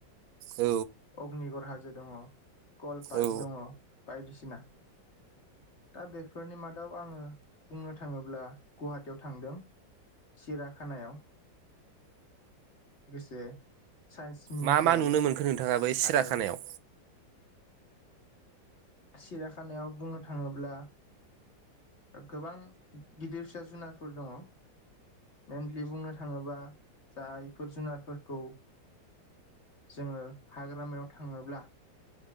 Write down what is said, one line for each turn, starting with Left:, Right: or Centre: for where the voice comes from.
Right: औ
Left: अग्निगर हाजो दङ कल पार्क
Right: औ
Left: दङ बायदिसिना दा बेफोरनि मादाव आङो बुंनो थाङोब्ला गुवाहाटीयाव थांदों सिरियाखानायाव लोगोसे साइन्स मिउजियाम
Right: मा मा नुनो मोनखो नोंथाङा बै सिरियाखानायाव
Left: आरो सिरियाखानायाव बुंनो थाङोब्ला गोबां गिदिर फिसा जुनारफोर दङ मेनलि बुंनो थाङोबा जायफोर जुनारफोरखौ जोङो हाग्रामायाव थाङोब्ला